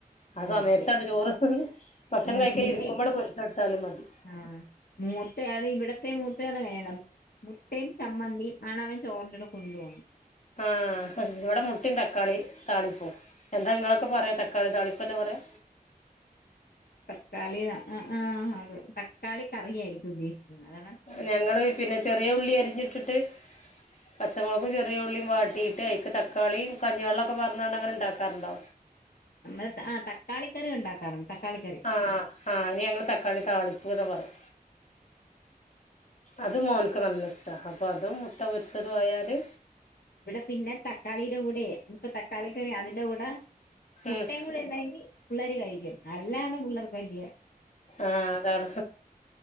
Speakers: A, on the left; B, on the left.
A: ആ
B: ആഹ്
A: സമയത്താണ്ട് ചോറുത്ന്ന് ഭക്ഷണംകഴിക്ക
B: ആഹ് പിന്നെ
A: ഇരിക്കുമ്പണ്ട് പൊരിച്ചെടുത്താലും മതി
B: ആഹ് മൂത്തയാള് ഇവിടത്തെ മൂത്തയാള് വേണം മുട്ടിം, ചമ്മന്തി, ആണവൻ ചോറിൻ്റെ <unintelligible> കൊണ്ട് പോണ്
A: ആഹ് ഇവിടെ മുട്ടിം, തക്കാളി, താളിപ്പും എന്താ ഇങ്ങളൊക്കെ പറയാ തക്കാളിതാളിപ്പെന്നെ പറയാ
B: തക്കാളി ആഹ് ആഹ അത്. തക്കാളി കറിയായിരിക്കും ഉദ്ദേശിക്കുന്നത് അതാണ്
A: ഞങ്ങള് പിന്നെ ചെറിയ ഉള്ളി അരിഞ്ഞിട്ടിട്ട് പച്ചമൊളകും ചെറിയ ഉള്ളിയും വാട്ടീട് ട്ട് അയ്ക്ക് തക്കാളിം കഞ്ഞിവെള്ളൊക്കെ പാർനാണ്ടങ്ങനെ ഇണ്ടാക്കാറുണ്ടോ
B: നമ്മള് ആ തക്കാളിക്കറി ഉണ്ടാക്കാറ്ണ്ട് തക്കാളി കറി
A: ആഹ് ആഹ് അയ്ന് ഞങ്ങള് തക്കാളി താളിപ്പ്ന്നാ പറിം അത് മോൻക്ക് നല്ല ഇഷ്ട. അപ്പൊ അതും മുട്ട പൊരിച്ചതും ആയാല്
B: ഇവിടെപിന്നെ തക്കാളി ഇടെ കൂടെ ഇപ്പ തക്കാളി കറി അതിന്റെ കൂടെ മുട്ടൈം
A: ഉം
B: ട്ട ഉണ്ടെങ്കി പള്ളേര് കഴിക്കും അല്ലാന്ന പിള്ളേർക്ക് വല്യ
A: ആഹ് അതാണ്